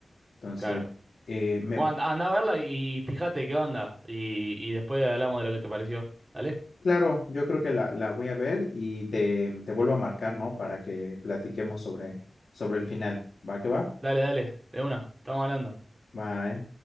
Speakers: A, on the left; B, on the right.
A: Entonces,
B: claro.
A: eh, me,
B: Bueno, anda a verla y fíjate qué onda. Y, y después hablamos de lo que te pareció. Dale,
A: claro, yo creo que la, la voy a ver y te, te vuelvo a marcar, ¿no? Para que platiquemos sobre, sobre el final. ¿Va que va?
B: dale, dale, de una, estamos hablando.
A: Bye.